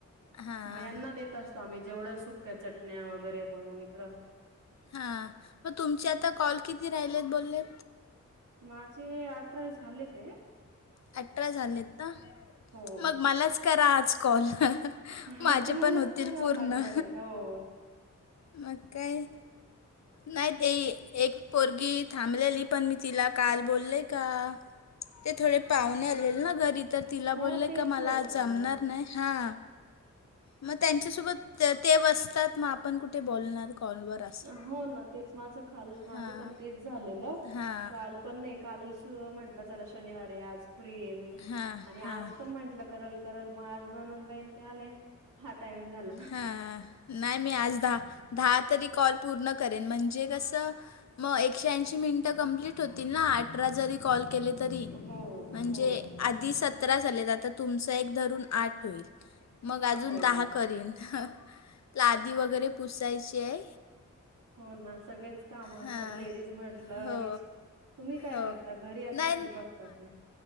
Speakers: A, on the left; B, on the right.
A: हां
B: मग यांना देत असतो आम्ही जेवढं सुख्या चटण्या वगैरे बनून इकडं.
A: हा मग तुमची आता कॉल किती राहिलेत बोल्ले.
B: माझे अठरा झाले ते,
A: अठरा झालेत ना,
B: हो.
A: मग मलाच करा आज कॉल. माझे
B: आज तुम्हालाच
A: पण होतील
B: करावं
A: पूर्ण
B: लागणार आहे हो.
A: मग काय. नाही ते एक पोरगी थांबलेली पण मी तिला काल बोलले का. ते थोडे पाहुणे आलेला ना घरी तर तिला
B: हो
A: बोलले
B: तेच
A: का मला
B: होतं
A: आज जमणार
B: ना.
A: नाही. हा- मग त्यांच्यासोबत ते बसतात मग आपण कुठे बोलणार. कॉलवर असं
B: हो ना तेच माझ काल माझं
A: हां
B: पण तेच झालेलं.
A: हां
B: काल पण नाही, काल म्हंटल चला शनिवार आहे आज फ्री आहे मी
A: हां
B: आणि आज
A: हां
B: पण म्हटल करल करल मग आज नंनद बाई ते आले हा टाइम झाला
A: हा नाही मी आज दहा दहा तरी कॉल पूर्ण करेन म्हणजे कसं मग एकशे ऐंशी मिनिटं कंप्लीट होतील ना अठरा जरी कॉल केले तरी. तरी
B: हो
A: म्हणजे
B: हो
A: आज, ती सतरा झाले, आता तुमचा एक धरून आठ होईल म अजून
B: हो.
A: दहा. करीन, लादी वगैरे पुसायची आहे.
B: होना सगळेच काम असतात
A: हां
B: लेडीज म्हटल आणि
A: हो
B: तुम्ही काय
A: हो
B: करता घरी असता
A: नाही
B: की जॉब करता.